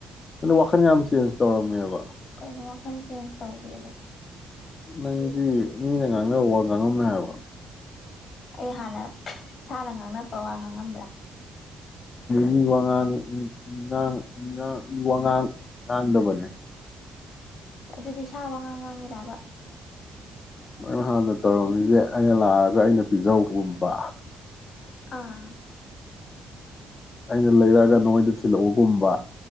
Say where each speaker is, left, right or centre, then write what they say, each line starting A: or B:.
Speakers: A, on the left; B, on the left.
A: ꯑꯗꯨ ꯋꯥꯈꯜ ꯌꯥꯝ ꯆꯦꯟꯖ ꯇꯧꯔꯝꯃꯦꯕ
B: ꯀꯩꯅꯣ ꯋꯥꯈꯜ ꯆꯦꯟꯖ ꯇꯧꯔꯦꯕꯣ
A: ꯅꯪꯗꯤ ꯃꯤꯅ ꯉꯥꯡꯅꯕ ꯋꯥ ꯉꯥꯡꯉꯝꯃꯦ ꯍꯥꯏꯕ
B: ꯑꯁ ꯑꯩ ꯍꯥꯟꯅ ꯁꯥꯅ ꯉꯥꯡꯅꯕ ꯋꯥ ꯉꯥꯡꯉꯝꯕ꯭ꯔꯥ
A: ꯃꯤ ꯋꯥꯉꯥꯡꯉꯥꯡ ꯉꯥꯡ ꯃꯤ ꯋꯥꯉꯥꯡ ꯉꯥꯡꯗꯕꯅꯦ
B: ꯑꯗꯨꯗꯤ ꯁꯥ ꯋꯉꯥꯡ ꯉꯥꯡꯉꯤꯔ ꯑꯕ
A: ꯅꯪꯅ ꯍꯥꯟꯅ ꯇꯧꯔꯝꯃꯤꯁꯦ ꯑꯩꯅ ꯂꯥꯛꯑꯒ ꯑꯩꯅ ꯄꯤꯖꯧꯕꯒꯨꯝꯕ
B: ꯑꯥ
A: ꯑꯩꯅ ꯂꯩꯔꯛꯑꯒ ꯅꯉꯣꯏꯗ ꯊꯤꯜꯂꯛꯑꯣꯒꯨꯝꯕ